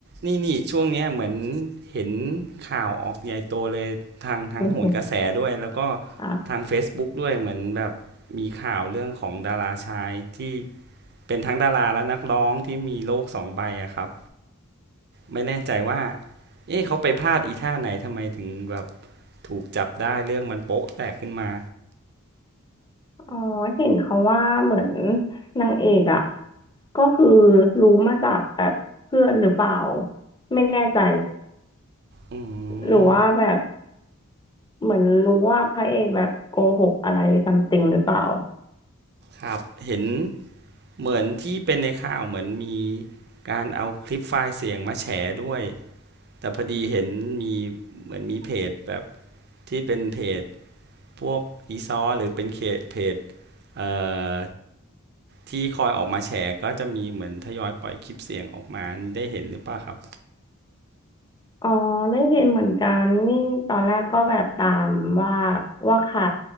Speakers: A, on the right; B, on the left.
A: นี่นี่ช่วงเนี้ยเหมือนเห็นข่าวออกใหญ่โตเลยทางทั้งโหนกระแสด้วยแล้วก็
B: <laughs> อ่ะ
A: ทาง Facebook ด้วยเหมือนแบบมีข่าวเรื่องของดาราชายที่เป็นทั้งดาราและนักร้องที่มีโรคสองใบอะครับไม่แน่ใจว่าเอ๊ะเขาไปพลาดอีท่าไหนทำไมถึงแบบถูกจับได้เรื่องมันโป๊ะแตกขึ้นมา
B: อ๋อเห็นเขาว่าเหมือนนางเอกอ่ะก็คือรู้มาจากแบบเพื่อนหรือเปล่าไม่แน่ใจ
A: อื
B: หรือว่าแบบ
A: ม
B: เหมือนรู้ว่าพระเอกแบบโกหกอะไรซัมติงหรือเปล่า
A: ครับเห็นเหมือนที่เป็นในข่าวเหมือนมีการเอาคลิปไฟล์เสียงมาแฉด้วย แต่พอดีเห็นมีเหมือนมีเพจแบบที่เป็นเพจพวกอีซอหรือเป็นเคเพจเอ่อที่คอยออกมาแฉก็จะมีเหมือนทยอยปล่อยคลิปเสียงออกมานี่ได้เห็นหรือเปล่าครับ
B: อ๋อไม่เห็นเหมือนกันนี่ตอนแรกก็แบบตามว่าว่าใคร